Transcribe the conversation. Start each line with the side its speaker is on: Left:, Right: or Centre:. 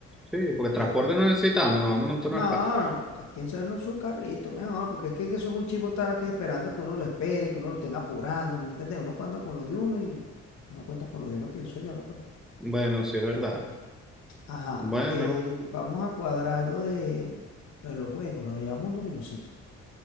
Centre: Sí, porque
Left: Ok,
Centre: transporte no necesitamos, no vamos en un turno
Left: No, no, no, cada quien sabe en su carrito, mejor, porque es que, que son un chivo está que esperando que uno lo esperen, que uno lo tenga apurando, ¿me entiendes? Uno cuenta con lo de uno y no cuenta con lo de uno, pienso yo, ¿no? Pues.
Centre: Bueno, sí, es verdad.
Left: Ajá,
Centre: Bueno,
Left: eh, vamos a cuadrar lo de, lo de los juegos, nos llevamos un dominocito.